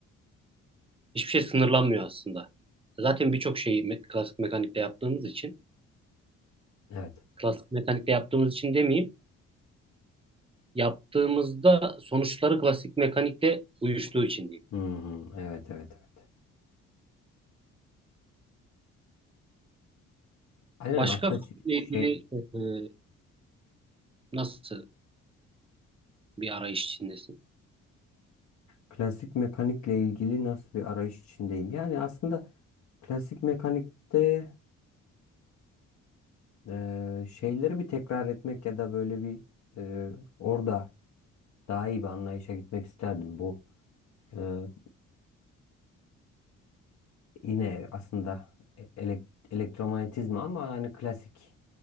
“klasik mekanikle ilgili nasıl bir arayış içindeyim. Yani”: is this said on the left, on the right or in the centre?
Left